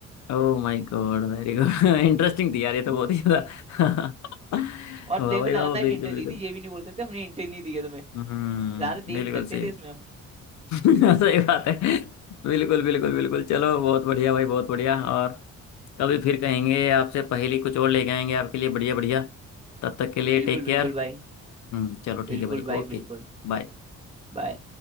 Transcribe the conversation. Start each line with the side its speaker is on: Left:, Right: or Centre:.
Left: Oh my God very good interesting <laughs> थी यार ये
Right: <laughs>
Left: तो बहुत ही ज्यादा <laughs>
Right: और देखो
Left: वाह भाई
Right: लगातार
Left: वाह
Right: हिंट
Left: बिल्कुल बिल्कुल
Right: दी थी ये भी नहीं बोल सकते हमने हिंट नहीं दी है
Left: हम्म
Right: ज्यादा दे
Left: बिल्कुल
Right: नहीं सकते
Left: सही
Right: थे इसमें हम
Left: <laughs> सही बात है बिल्कुल बिल्कुल बिल्कुल चलो बहुत बढ़िया भाई बहुत बढ़िया और कभी फिर कहेंगे आपसे पहेली कुछ और लेके आएंगे आपके लिए बढ़िया बढ़िया तब तक के लिए
Right: बिल्कुल
Left: टेक
Right: बिल्कुल
Left: केयर
Right: भाई
Left: हम्म चलो ठीक
Right: बिल्कुल
Left: है भाई ओके
Right: भाई बिल्कुल
Left: बाय
Right: बाय